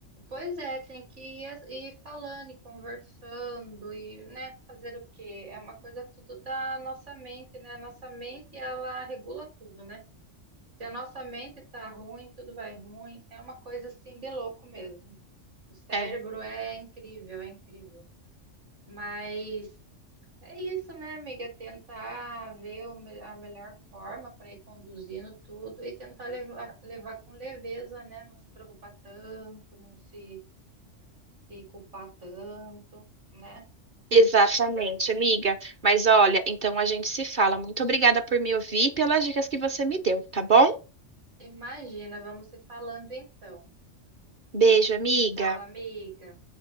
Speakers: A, on the right; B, on the right.
A: Pois é, tem que ir, ir falando e conversando e, né, fazer o quê? É uma coisa tudo da nossa mente, né? Nossa mente, ela regula tudo, né? Se a nossa mente tá ruim, tudo vai ruim. É uma coisa assim de louco mesmo. O cérebro
B: É.
A: é incrível, é incrível. Mas é isso, né, amiga? Tentar ver o mel- a melhor forma para ir conduzindo tudo e tentar levar, levar com leveza, né? Não se preocupar tanto, não se, se culpar tanto, né?
B: Exatamente, amiga. Mas olha, então a gente se fala. Muito obrigada por me ouvir e pelas dicas que você me deu, tá bom?
A: Imagina, vamos se falando então.
B: Beijo, amiga.
A: Tchau, amiga.